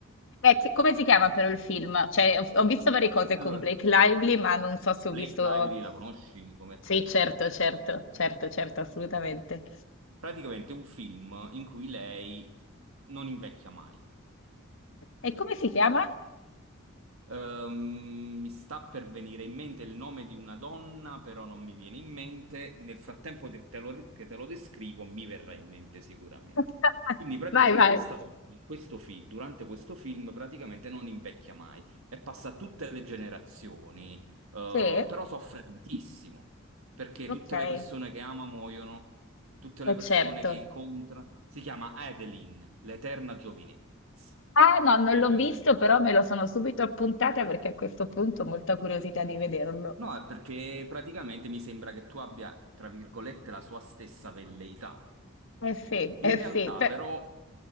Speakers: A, on the left; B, on the right.
A: Beh, ti- come si chiama però il film? Cioè, ho, ho visto varie cose con
B: Allora,
A: Blake Lively, ma non so se
B: Blake
A: ho visto...
B: Lively la conosci come attrice,
A: Sì, certo,
B: dico.
A: certo, certo, certo, assolutamente.
B: Praticamente è un film in cui lei non invecchia mai.
A: E come si chiama?
B: Ehm, mi sta per venire in mente il nome di una donna, però non mi viene in mente. Nel frattempo che te lo, che te lo descrivo, mi verrà in mente sicuramente.
A: <laughs>
B: Quindi praticamente
A: Vai, vai.
B: questa donna, in questo fi- durante questo film, praticamente non invecchia mai e passa a tutte le generazioni, eh,
A: Sì,
B: però soffre tantissimo, perché
A: ok,
B: tutte
A: eh,
B: le persone che ama muoiono, tutte le persone
A: certo.
B: che incontra. Si chiama Adeline, l'eterna giovinezza. Ecco,
A: Ah, no, non
B: mi
A: l'ho
B: è venuto
A: visto,
B: in mente.
A: però me lo sono subito appuntata perché a questo punto ho molta curiosità di vederlo.
B: No, è perché praticamente mi sembra che tu abbia, tra virgolette, la sua stessa velleità.
A: Eh sì, eh
B: In realtà
A: sì, per-
B: però